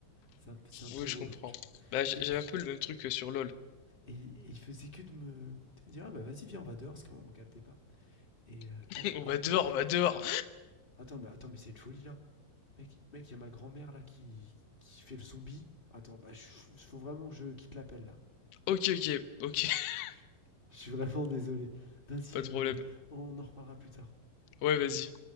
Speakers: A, on the left; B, on the left.
A: c'est un, c'est un peu
B: oui,
A: relou,
B: je comprends.
A: tu vois.
B: Bah, j'-
A: Et puis,
B: j'avais un peu le même truc que sur LoL.
A: et, et il faisait que de me, de me dire, ah bah vas-y, viens, on va dehors, parce qu'on on captait pas. Et euh,
B: <laughs>
A: oh,
B: On
A: oh,
B: va dehors,
A: oh putain,
B: on va dehors!
A: attends, mais, attends, mais c'est une folie là. Mec, mec, y a ma grand-mère là qui, qui fait le zombie. Attends, bah, je- faut vraiment que je quitte l'appel là.
B: Ok, ok, ok,
A: Je je-
B: <laughs>
A: je suis vraiment désolé. Vas-y,
B: pas de
A: euh,
B: problème.
A: on en reparlera plus tard.
B: Ouais, vas-y.